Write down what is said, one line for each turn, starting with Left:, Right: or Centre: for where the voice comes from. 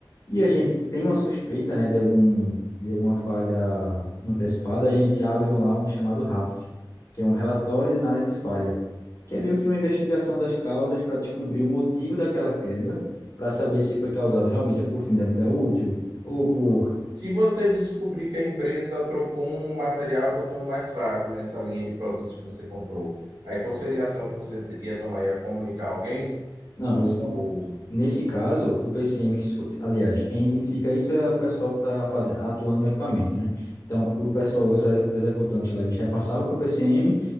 Left: e a gente tem uma suspeita, né, de algum de alguma falha antecipada, a gente abre um, lá um chamado RAF, que é um relatório de análise de falha, que é meio que uma investigação das causas para descobrir o motivo daquela quebra, para saber se foi causado realmente por fim da vida útil ou por.
Right: Se você descobrir que a empresa trocou um material e botou um mais fraco nessa linha de produtos que você comprou, aí qual seria a ação que você ia tomar? Ia comunicar alguém?
Left: Não,
Right: Vamos
Left: o
Right: supor.
Left: con- nesse caso, o PCM, que se foi- aliás, quem identifica isso é o pessoal que está fazendo, atuando no equipamento, né? Então, o pessoal, os exe- executantes lá, eles repassavam para o PCM